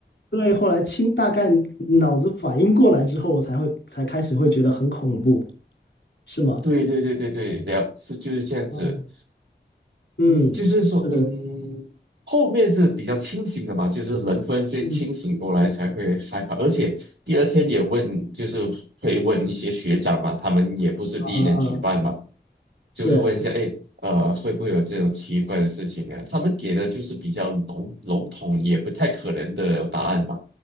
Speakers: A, on the left; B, on the right.
A: 对，后来清大概脑子反应过来之后，我才会才开始会觉得很恐怖，是吗？
B: 对对对对对，了是就是这样子，
A: 嗯，嗯是的，
B: 嗯，就是说，嗯，后面是比较清醒的嘛，就是人忽然间清醒过来才会害怕，
A: 嗯
B: 而且第二天也问，就是会问一些学长嘛，他们也不是第一年举办嘛，
A: 啊啊啊，
B: 就是问一下，
A: 是
B: 哎，呃，会不会有这种奇怪的事情啊？他们给的就是比较笼笼统，也不太可能的答案嘛，